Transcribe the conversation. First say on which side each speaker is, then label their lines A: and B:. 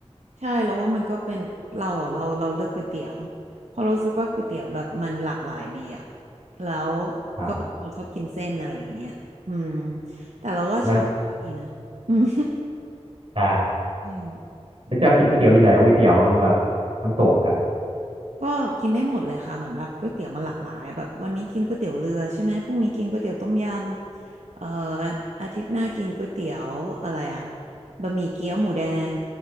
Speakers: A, on the right (about 80°); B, on the right (about 55°).
A: ใช่แล้วว่ามันก็เป็นเราอะเราเราเลือกก๋วยเตี๋ยวเพราะเรารู้สึกว่าก๋วยเตี๋ยวแบบมันหลากหลายดีอะแล้ว
B: ครับ
A: ก็เป็นคนชอบกินเส้นอะไรอย่างเงี้ยอืมแต่เราว่าชาบูก็ดีนะ
B: แล้ว
A: <laughs> อืม
B: ได้
A: อืม
B: แล้วชอบกินก๋วยเตี๋ยวเรือแล้วก๋วยเตี๋ยวแบบน้ำตกครับ
A: ก็กินได้หมดเลยค่ะเหมือนแบบก๋วยเตี๋ยวมันหลากหลายอะแบบวันนี้กินก๋วยเตี๋ยวเรือใช่ไหมพรุ่งนี้กินก๋วยเตี๋ยวต้มยำเอ่ออาอาทิตย์หน้ากินก๋วยเตี๋ยวอะไรอะบะหมี่เกี๊ยวหมูแดง